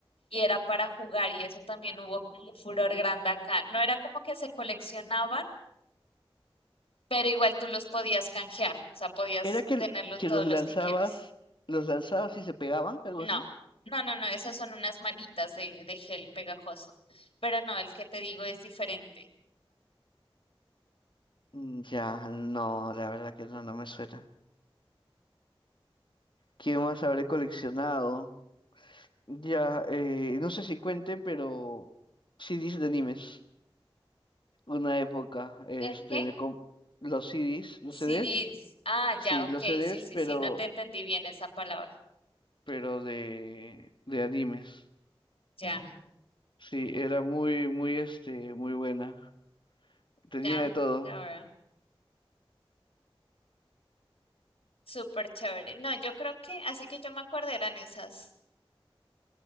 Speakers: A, on the left; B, on the left.
A: y era para jugar y eso también hubo como un furor grande acá. No era como que se coleccionaban, pero igual tú los podías canjear, o sea, podías
B: ¿Era que,
A: tenerlo
B: que
A: todos
B: los
A: los
B: lanzabas,
A: que quieras.
B: los lanzabas y se pegaban, algo
A: No,
B: así?
A: no, no, no, esas son unas manitas de, de gel pegajoso, pero no, el que te digo es diferente.
B: Mm, Ya, no, la verdad que no, no me suena. ¿Qué más habré coleccionado? Ya, eh, no sé si cuente, pero CDs de animes. Una época, este,
A: ¿El qué?
B: me com- los CDs, los
A: CDs.
B: CDs,
A: Ah,
B: sí,
A: ya, ok.
B: los CDs,
A: Sí, sí,
B: pero,
A: sí, no te entendí bien esa palabra.
B: pero de, de animes.
A: Ya,
B: Sí, era muy, muy, este, muy buena. Tenía
A: ya,
B: de todo.
A: ya veo. Súper chévere. No, yo creo que, así que yo me acuerdo eran esas,